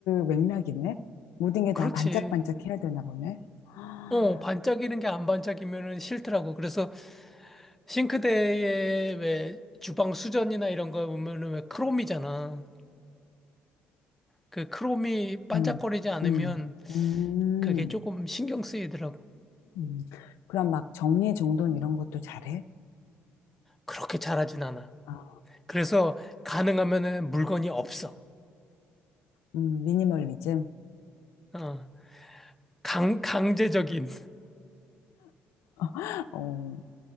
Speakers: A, on the left; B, in the centre.
A: 맥락이네. 모든 게
B: 그렇지.
A: 다 반짝반짝 해야 되나 보네. 아,
B: 어, 반짝이는 게 안 반짝이면은 싫더라고. 그래서 싱크대에 왜 주방 수전이나 이런 거 보면은 왜 크롬이잖아. 그 크롬이 반짝거리지
A: 음,
B: 않으면
A: 음, 음,
B: 그게 조금 신경 쓰이더라고.
A: 음. 그럼 막 정리정돈 이런 것도 잘해?
B: 그렇게 잘하진 않아.
A: 아,
B: 그래서 가능하면은 물건이 없어.
A: 음, 미니멀리즘?
B: 어, 강, 강제적인.
A: <laughs> 어,